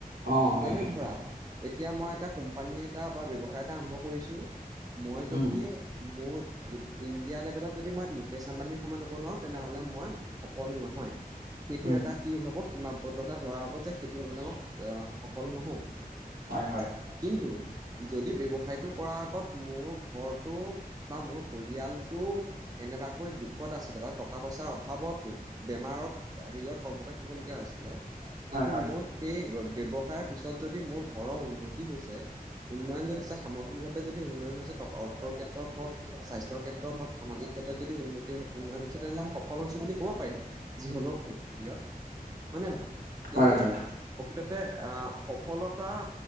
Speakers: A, on the right (about 85°); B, on the right (about 25°).
A: অ হয়
B: যেনে
A: সেইটো
B: ধৰা
A: হয়
B: এতিয়া মই এটা কোম্পানী এটা বা ব্যৱসায় এটা আৰম্ভ কৰিছোঁ, মই যদি
A: উম
B: মোৰ ইণ্ডিয়া লেভেলত যদি মই মুকেশ আম্বানীৰ সমান হ'ব নোৱাৰোঁ তেনেহ'লে মই সফল নহয়। সেইটো
A: উম
B: এটা কি হ'ব সীমাবদ্ধতা ধৰা হ'ব যে সেইটো নহ'লে মই এ সফল নহওঁ।
A: হয় হয়।
B: কিন্তু যদি ব্যৱসায়টো কৰাৰ আগত মোৰ ঘৰটো বা মোৰ পৰিয়ালটো কেনেবাকৈ দুখত আছিলে বা টকা পইচাৰ অভাৱত বেমাৰত হেৰিত ককবকাই থাকিব লগীয়া হৈছিলে
A: হয়
B: কিন্তু
A: হয়
B: মোৰ সেই ব্যৱসায়ৰ পিছত যদি মোৰ ঘৰৰ উন্নতি হৈছে উন্নয়ন ঘটিছে সামগ্ৰিকভাৱে যদি উন্নয়ন হৈছে টক অৰ্থ ক্ষেত্ৰত হওক, স্বাস্থ্যৰ ক্ষেত্ৰত হওক, সামাজিক ক্ষেত্ৰত যদি উন্নতি হয় উন্নয়ন হৈছে, তেনেহ'লে আমি সফল হৈছো বুলি ক'ব পাৰিম। যি হলেও সিহঁত হয় নে নহয়, কিন্তু
A: হয় হয় হয়,
B: প্ৰকৃততে আ সফলতাৰ